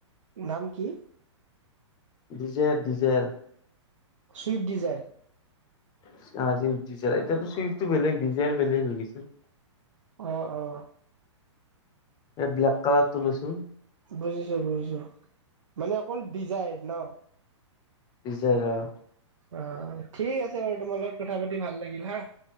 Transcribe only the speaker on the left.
দিজেৰ দিজেৰ।
ছুইফট দিজাইৰ এতিয়াতো চুইফটো বেলেগ ডিজায়েৰ বেলেগ হৈ গৈছে।
এই ব্লেক কালাৰটো লৈছো।
ডিজাইৰ অঁ'